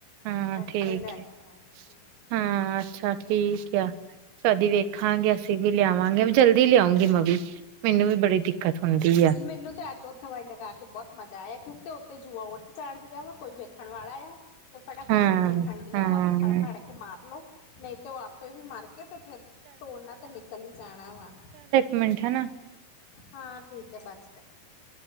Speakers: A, on the right; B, on the left.
A: ਹਾਂ
B: ਉੱਥੋਂ
A: ਠੀਕ
B: ਈ ਲੈ ਕੇ
A: ਹੈ
B: ਆਏ ਸੀ।
A: ਹਾਂ, ਅੱਛਾ ਠੀਕ ਏਆ। ਕਦੀ ਵੇਖਾਂਗੇ, ਅਸੀ ਵੀ ਲਿਆਵਾਂਗੇ ਵ ਜਲਦੀ ਲਿਆਉਂਗੀ ਮੈਂ ਵੀ। ਮੇਂਨੂੰ ਵੀ ਬੜੀ ਦਿੱਕਤ ਹੁੰਦੀ ਆ
B: ਮੇਂਨੂੰ ਤਾਂ ਤੇ ਓ ਦਵਾਈ ਲਗਾ ਕੇ ਬੋਤ ਮਜਾ ਆਇਆ ਕਿ ਉੱਤੇ-ਉੱਤੇ ਜੂਆਂ ਉੱਠ ਜਾਣਦੀਆਂ ਵਾ। ਕੋਈ ਵੇਖਣ ਵਾਲਾ ਐ। ਤੇ ਫਟਾਫਟ
A: ਹਾਂ
B: ਓਨੂੰ ਵਿਖਣ ਡੀਆਂ
A: ਹਾਂ
B: ਵਾ ਤੇ ਫੜ-ਫੜ ਕੇ ਮਾਰ ਲੋੋ ਨਈ ਤੋ ਓ ਆਪ ਤੇ ਵੀ ਮਰ ਕੇ ਤੇ ਫੇਰ ਤੋੜਨਾ ਤੇ ਨਿਕਲ ਈ ਜਾਣਾ ਵਾ।
A: ਮਿੰਠ ਨਾ
B: ਹਾਂ, ਠੀਕ ਐ ਬਸ ਕਰ।